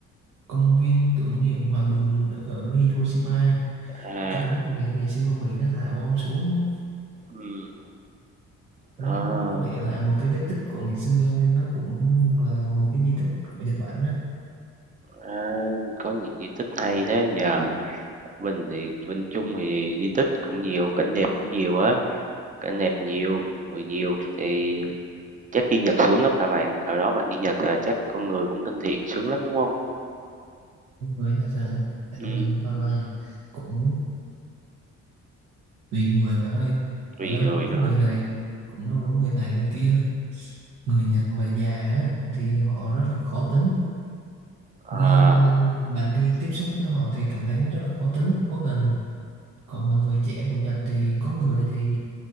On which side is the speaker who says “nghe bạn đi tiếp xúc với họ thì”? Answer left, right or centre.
Right